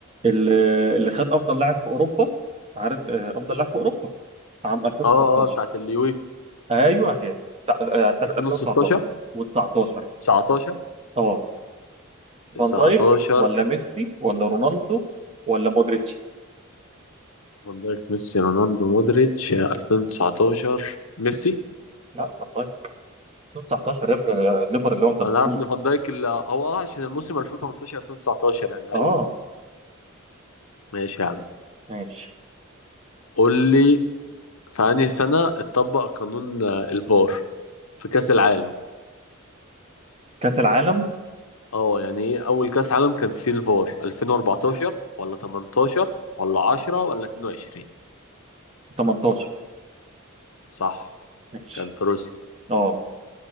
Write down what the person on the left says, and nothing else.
اه اه بتاعت اليويفا
2016
19
19
فان دايك ميسي رونالدو مودريتش 2019 ميسي
انا
عارف ان فان دايك ال- هو اه عشان الموسم 2018 2019 يعني ايوه
ايوه ماشي يا عم
قول لي في انهي سنه اتطبق قانون آه، الفار في كاس العالم
اه يعني ايه اول كاس عالم كان فيه الفار 2014 ولا 18 ولا 10 ولا 22
صح
كان في روسيا